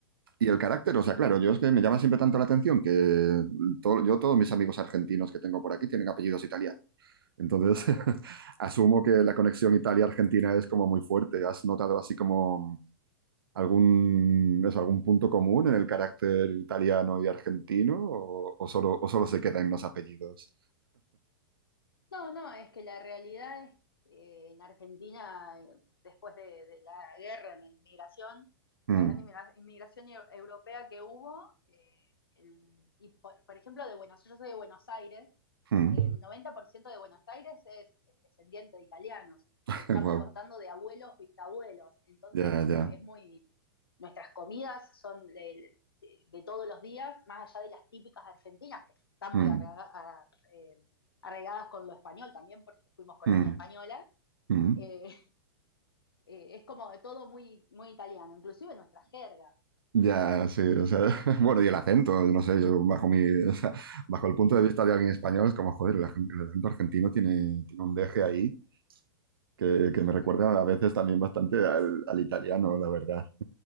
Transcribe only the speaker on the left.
No, no, es que la realidad es eh, en Argentina, eh, después de, de la guerra en la inmigración,
la gran inmigra- inmigración eu- europea que hubo, eh, el- y por, por ejemplo de Buenos, yo soy de Buenos Aires,
el 90% de Buenos Aires es eh, descendiente de italianos.
Estamos
contando de abuelos, bisabuelos. Entonces,
como
que es muy. Nuestras comidas son de, de, de todos los días, más allá de las típicas argentinas, que están
muy arrega, a, eh, arregadas con lo español también, porque fuimos colonia
española.
Eh, eh, es como de todo muy, muy italiano, inclusive nuestra jerga.
Sí,
<laughs>
sí,
sí.